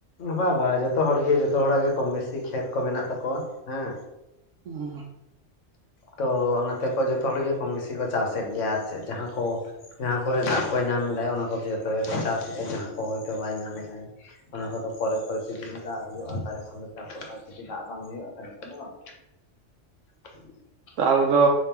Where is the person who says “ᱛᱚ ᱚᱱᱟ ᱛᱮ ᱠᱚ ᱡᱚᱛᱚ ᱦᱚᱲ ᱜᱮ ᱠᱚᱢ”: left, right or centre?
Left